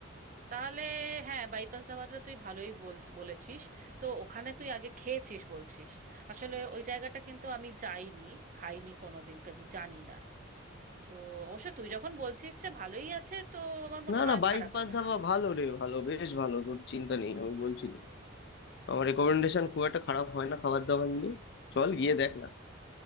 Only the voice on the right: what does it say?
তাহলে হ্যাঁ বাইপাস দাবাটা তুই ভালোই বলছি বলেছিস তো ওখানে তুই আগে খেয়েছিস বলছিস আসলে ওই জায়গাটা কিন্তু আমি যাইনি খাইনি কোনোদিন কাজে জানি না তো অবশ্য তুই যখন বলছিস যে ভালোই আছে তো আমার মনে
হয়
খারাপ
হবে
না